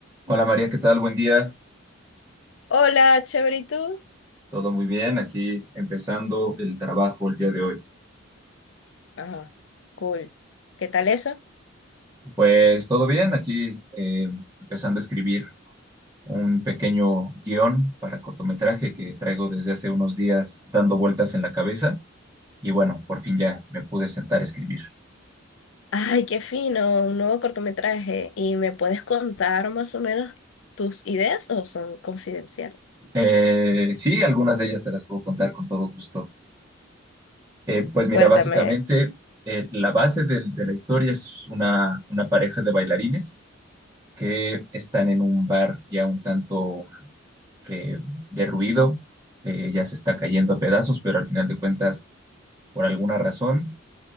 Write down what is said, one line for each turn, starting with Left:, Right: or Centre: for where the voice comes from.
Right: Hola María, ¿qué tal? Buen día.
Left: Hola, chévere, ¿y tú?
Right: Todo muy bien. Aquí empezando el trabajo el día de hoy.
Left: Ajá, cool. ¿Qué tal eso?
Right: Pues todo bien. Aquí eh, empezando a escribir un pequeño guión para cortometraje que traigo desde hace unos días dando vueltas en la cabeza. Y bueno, por fin ya me pude sentar a escribir.
Left: Ay, qué fino, un nuevo cortometraje. ¿Y me puedes contar más o menos tus ideas o son confidenciales?
Right: Eh, sí, algunas de ellas te las puedo contar con todo gusto. Eh, pues mira,
Left: Cuéntame.
Right: básicamente eh, la base del- de, la historia es una, una pareja de bailarines que están en un bar ya un tanto eh, derruido, eh, ya se está cayendo a pedazos, pero al final de cuentas, por alguna razón,